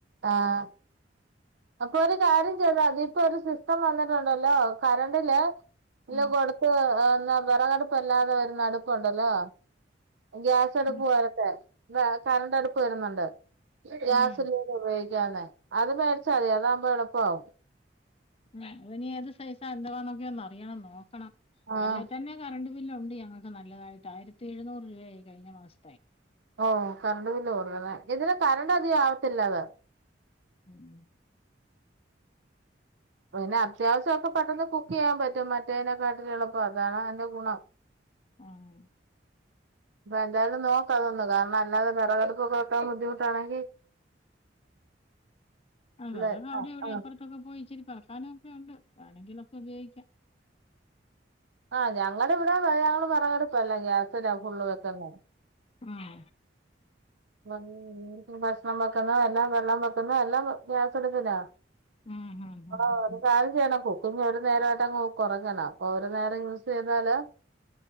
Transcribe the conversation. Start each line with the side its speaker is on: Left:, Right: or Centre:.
Right: ആഹ് അപ്പൊ ഒരു കാര്യം ചെയ്താ മതി ഇപ്പോ ഒരു സിസ്റ്റം വന്നിട്ടുണ്ടല്ലോ കരണ്ടില് വെല്ലോം
Left: ഉം
Right: കൊടുത്ത് വെറകടുപ്പല്ലാതെ വരുന്ന അടുപ്പ്ണ്ടല്ലോ ഗ്യാസ് അടുപ്പ്
Left: ഉം
Right: പോലത്തേ കറണ്ട് അടുപ്പ് വരുന്നുണ്ട് ഗ്യാസ്
Left: ഉം
Right: ഉപയോഗിക്കാതെ അത് മേടിച്ചാ മതി അതാവുമ്പോ എളുപ്പാവും
Left: ഉം അത് എനി ഏത് സൈസാ എന്തുവാന്നൊക്കെ ഒന്ന് അറിയണം നോക്കണം
Right: ആഹ്
Left: അല്ലേ തന്നെ- കറണ്ട് ബില്ല് ഒണ്ട് ഞങ്ങൾക്ക് നല്ലതായിട്ട് ആയിരത്തി എഴുന്നൂറ് രൂപയായി കഴിഞ്ഞ മാസത്തെ-
Right: ഓഹ് കറണ്ട് ബില്ല് കൂടുതല് ഇതിന് കറണ്ട് അധിക ആവത്തില്ല അത്
Left: ഉം ഉം
Right: പിന്നെ അത്യാവശ്യൊക്കെ പെട്ടെന്ന് കുക്ക് ചെയ്യാൻ പറ്റും മറ്റേതിനെക്കാട്ടിലും എളുപ്പം അതാണ് അതിന്റെ ഗുണം
Left: ആഹ്
Right: ഇപ്പ എന്തായാലും നോക്കാം അതൊന്ന് കാരണം അല്ലാതെ വെറകടുപ്പൊക്കെ വെക്കാൻ ബുദ്ധിമുട്ടാണെങ്കി-
Left: ആഹ് വെറക്
Right: ഇത്
Left: അവിടെ
Right: ആഹ്
Left: ഇവിടെ അപ്പറ- ത്തൊക്കെ പോയി ഇച്ചിരി പറക്കാനൊക്കയിണ്ട് വേണെങ്കിലൊക്കെ ഉപയോഗിക്കാം
Right: ആ ഞങ്ങടവിടെ ഞങ്ങള് വെറക് അടുപ്പ്‌ അല്ല ഗ്യാസിനാ ഫുള്ള് വെക്കുന്നേ
Left: ഉം
Right: എല്ലാർക്കും ഭക്ഷണം വെക്കണം എല്ലാം വെള്ളം വെക്കുന്ന എല്ലാം ഗ്യാസ് അടുപ്പില
Left: ഉം ഉം
Right: <unintelligible>
Left: ഉം
Right: കുക്കിങ് ഒരു നേരായിട്ട് കൊറങ്ങണം അപ്പൊ ഒരു നേരം യൂസ് ചെയ്താല്-